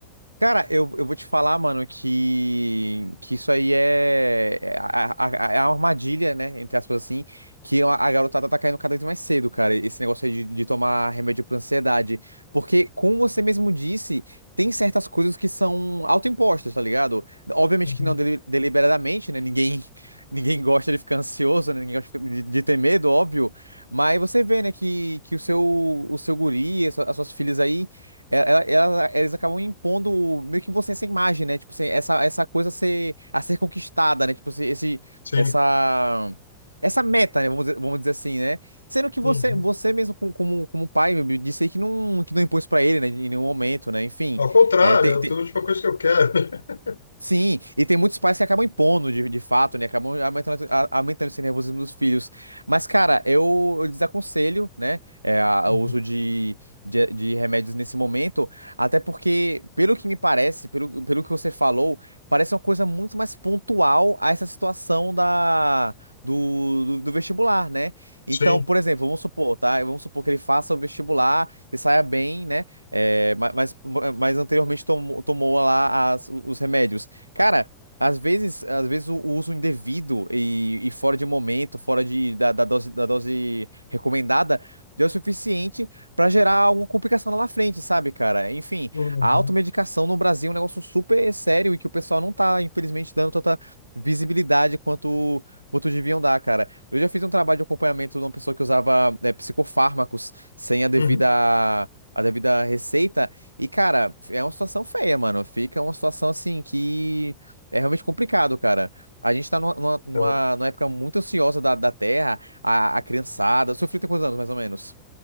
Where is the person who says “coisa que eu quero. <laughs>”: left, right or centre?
Left